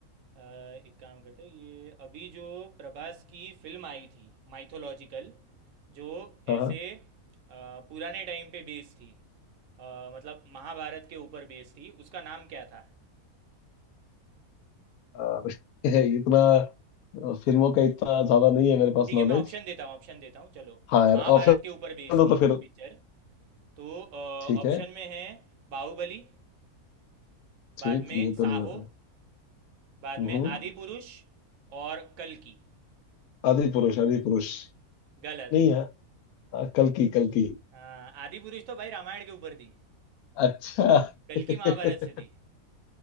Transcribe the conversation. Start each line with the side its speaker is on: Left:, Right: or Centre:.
Right: अ, एक काम करते हैं ये अभी जो प्रभास की फिल्म आई थी माइथोलॉजिकल जो
Left: हाँ
Right: ऐसे
Left: हाँ
Right: अ, पुराने टाइम पे बेस्ड थी अ, मतलब महाभारत के ऊपर बेस्ड थी उसका नाम क्या था
Left: और <laughs> इतना अ, फिल्मों का इतना ज्यादा नहीं है मेरे पास
Right: ठीक
Left: नॉलेज
Right: है मैं ऑप्शन देता हूँ ऑप्शन देता हूँ चलो
Left: हाँ यार
Right: महाभारत
Left: ऑप्शन
Right: के ऊपर बेस्ड
Left: दो
Right: थी
Left: तो फिर
Right: वो पिक्चर तो अ,
Left: ठीक
Right: ऑप्शन
Left: है
Right: में है बाहुबली बाद
Left: ठीक
Right: में
Left: ये तो
Right: साहो
Left: नहीं होगा
Right: बाद
Left: हम्म
Right: में आदि पुरुष और कल की
Left: आदि पुरुष आदि पुरुष
Right: गलत
Left: नहीं है अ, कल की कल की
Right: हाँ आदि पुरुष तो भाई रामायण के ऊपर थी
Left: अच्छा
Right: कल
Left: <laughs> ठीक
Right: की महाभारत से थी